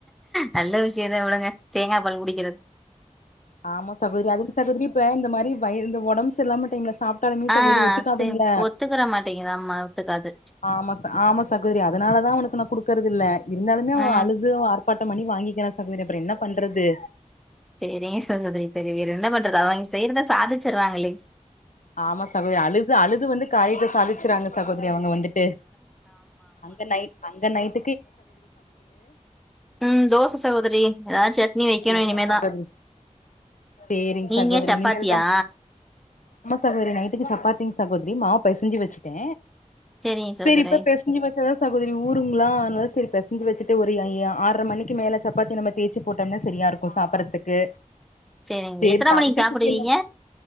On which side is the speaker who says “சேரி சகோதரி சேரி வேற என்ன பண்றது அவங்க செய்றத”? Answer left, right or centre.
Centre